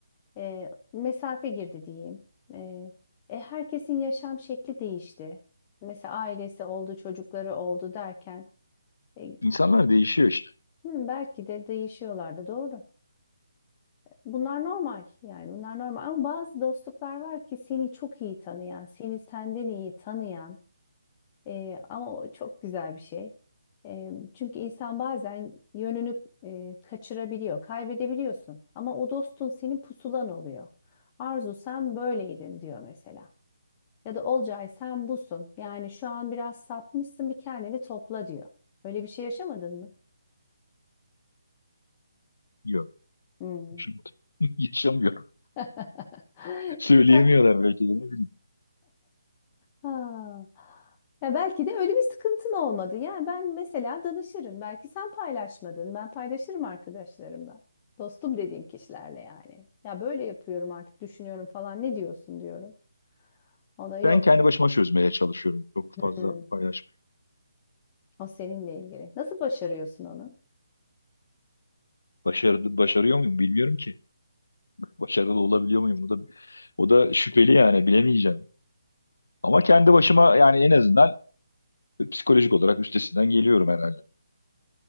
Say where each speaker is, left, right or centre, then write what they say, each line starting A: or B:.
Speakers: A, on the left; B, on the left.
A: E, mesafe girdi diyeyim. E, e, herkesin yaşam şekli değişti. Mesela ailesi oldu, çocukları oldu derken e,
B: İnsanlar değişiyor işte.
A: hı, belki de değişiyorlardı. Doğru. Bunlar normal yani bunlar normal ama bazı dostluklar var ki seni çok iyi tanıyan, seni senden iyi tanıyan e, ama o çok güzel bir şey. E, çünkü insan bazen yönünü e, kaçırabiliyor, kaybedebiliyorsun ama o dostun senin pusulan oluyor. Arzu sen böyleydin diyor mesela. Ya da Olcay sen busun. Yani şu an biraz sapmışsın bir kendini topla diyor. Öyle bir şey yaşamadın mı?
B: Yok.
A: Hmm.
B: Yaşamıyor. <laughs> Yaşamıyor.
A: <laughs>
B: Söyleyemiyorlar
A: Sen-
B: belki de ne bileyim.
A: Ha. Ya belki de öyle bir sıkıntın olmadı. Yani ben mesela danışırım. Belki sen paylaşmadın. Ben paylaşırım arkadaşlarımla. Dostum dediğim kişilerle yani. Ya böyle yapıyorum artık düşünüyorum falan. Ne diyorsun diyorum. O da yok.
B: Ben kendi başıma çözmeye çalışıyorum. Çok fazla
A: Hmm.
B: paylaşmıyorum.
A: O seninle ilgili. Nasıl başarıyorsun onu?
B: Başarı, başarıyor muyum bilmiyorum ki. Başarılı olabiliyor muyum? O da, o da şüpheli yani bilemeyeceğim. Ama kendi başıma yani en azından psikolojik olarak üstesinden geliyorum herhalde.